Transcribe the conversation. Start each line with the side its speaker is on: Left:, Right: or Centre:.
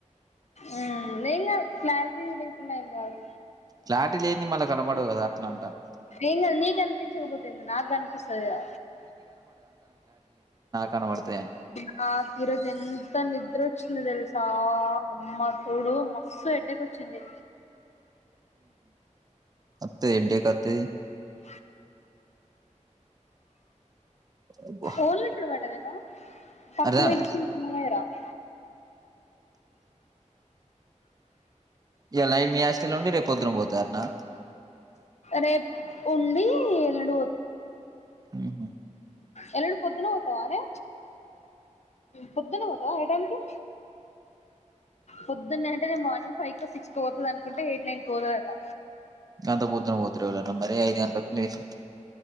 Left: అ నెన్ నా ఫ్లాట్ న్నా ఎంగాద్
Right: క్లారటి లేని మళ్ళీ కనపడవు కదా అట్లా అంటాను
Left: ని నీకు కనిపించకపోతుంది నాకు అనిపిస్తదిగా
Right: కనబడుతాయ
Left: మా తీరోజు ఎంత నిద్ర వచ్చింది తెలుసా అమ్మ తోడు మస్తు ఎడ్డకిొచ్చింది
Right: వద్దు ఎడ్డేకాత్తాది
Left: <inaudible>
Right: అబ్బో
Left: ఓళ టర్మాటదేనా పర్చి
Right: అర్థం కాలే
Left: మేడిచ ఇ వరా <inaudible>
Right: ఇలా నైట్ మీ ఆస్ట్లొ ఉండి రేపు పొద్దున పోతారునా
Left: రేపు ఉండి ఎల్లుండి
Right: ఆ హు
Left: ఎలుండి పొద్దున పొవుతవనేే పొద్దున్న పోతా టైం కి పొద్దున్న అంటేే మార్నింగ్ ఫైవ్ కు సిక్స్ పోతుంది అనుకుంటే ఎయిట్ నైన్ కు పోతుదట
Right: గంత పొద్దున్న పోతుేళన్నా మరి ఐదు గంటలకు లేచ